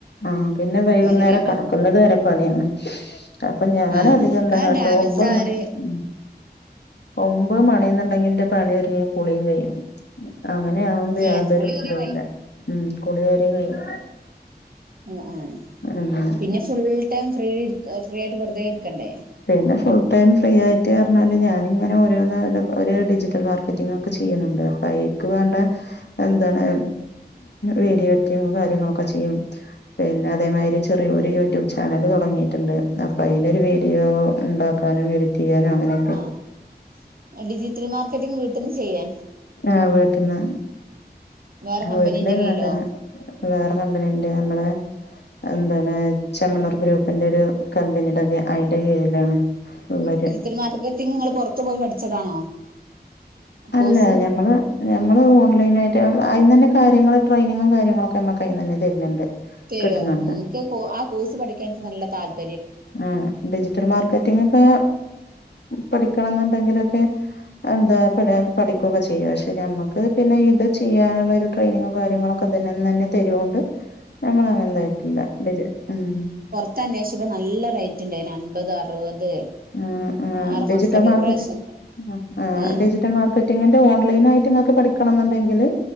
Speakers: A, on the left; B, on the right.
A: ആഹ പിന്നെ വൈകുന്നേരം-
B: അങ്ങനെ ഉണ്ടാവുക
A: കിടക്കുന്നത് വരെ പണിയാണ്. അപ്പോ ഞാൻ
B: ആഹ്
A: അധികെന്ത
B: ആ
A: കാട്ടാ
B: രാവിലത്തെ
A: ഒമ്പത്
B: ആ
A: മണി
B: ഒരു
A: - ഉം ഒമ്പത് മണിന്നുണ്ടെങ്കിന്റെ പണി- ഒരുങ്ങം കുളിയും കഴിയും. അങ്ങനെയ ആകുമ്പോ-
B: ഏഹ്
A: യാതൊരു
B: കുളി വരെ
A: ഇതല്ല, ഉം കുളികാര്യങ്ങള-
B: ആഹാ, ആഹ...
A: അങ്ങനെ
B: പിന്നെ ഫുൾ ടൈം ഫ്രീ, ഫ്രീ ആയിട്ട് വെറുതെ ഇരിക്കണ്ടേ.
A: പിന്നെ ഫുൾ ടൈം ഫ്രീ ആയിട്ട്- പറഞ്ഞാല് ഞാനിങ്ങനെ ഓരോന്ന്, ഒരു ഡിജിറ്റൽ മാർക്കറ്റിംഗ്- ഒക്കെ ചെയ്യുന്നുണ്ട്. അപ്പോ അയക്ക് വേണ്ട- എന്താണ് വീഡിയോ എഡിറ്റിങ്- കാര്യങ്ങളൊക്കെ ചെയ്യും. പിന്നെ അതേമാതിരി ചെറിയൊരു- യൂട്യൂബ് ചാനല് തുടങ്ങിയിട്ടുണ്ട്. അപ്പോ അതിനൊരു വീഡിയോ- ഉണ്ടാക്കാനും, എഡിറ്റ്‌ ചെയ്യാനും അങ്ങനെ.
B: ആഹാ ഡിജിറ്റൽ മാർക്കറ്റിങ് വീട്ടിൽന്ന് ചെയ്യേ?
A: ആഹ് വീട്ടിൽന്ന്,
B: വേറെ
A: വീട്ടിലായിരുന്നുതന്നെ.
B: കമ്പനീന്റെ കീഴിലോ
A: വേറെ കമ്പനിയൻറെ നമ്മടെ- എന്താണ് ചെമ്മണൂർ ഗ്രൂപ്പിന്റെ ഒരു കമ്പനീടൊക്കെ അതിന്റെ- കീഴിലാണ്. ഉള്ളൊരു
B: ഡിജിറ്റൽ മാർക്കറ്റിങ് നിങ്ങള്- പുറത്തു പോയി പഠിച്ചതാണോ?
A: അല്ല
B: കോഴ്സ്
A: ഞമ്മള്- ഞമ്മള് ഓൺലൈനായിട്ട്, അതിന് തന്നെ കാര്യങ്ങൾ ട്രെയിനിങ്ങും, കാര്യങ്ങളൊക്കെ നമ്മുക്ക് അതിന്ന്- തന്നെ തരുന്നുണ്ട്.
B: തരോ?
A: കിട്ടുന്നുണ്ട്
B: എനിക്ക് ആ കോഴ്സ് പഠിക്കാൻ എനിക്ക് നല്ല താല്-
A: ആഹാ ഡിജിറ്റൽ മാർക്കറ്റിംഗ്- ഇപ്പോ പഠിക്കണം- എന്നുണ്ടെങ്കിലൊക്കെ- എന്താ പഠിക്കുകൊക്കെ ചെയ്യ. പക്ഷെ നമ്മക്ക് പിന്നെ ഇത്- ചെയ്യാനുള്ള ഒരു ട്രെയിനിങ്ങും, കാര്യങ്ങളൊക്കെ. ക്കൊതന്നന്നന്നെ തെരോണ്ട് നമ്മളങ്ങനെ എന്താ <unintelligible> ജ് <unintelligible>
B: ഇതന്വേഷിച്ചപ്പൊ നല്ല റൈറ്റ് ഇണ്ടായിന് അൻപത് അറുപത്
A: ആഹ് ആഹ്
B: ആറു
A: ഡിജിറ്റൽ
B: മാസത്തെ ഡ്യൂറേഷൻ
A: മാർകറ്റ് ആഹ്
B: ഏ
A: ഡിജിറ്റൽ മാർ ക്കറ്റിങ്ങിന്റെ ഓൺലൈൻ ആയിട്ട് ഇങ്ങക്ക് പഠിക്കണംന്നുണ്ടെങ്കില്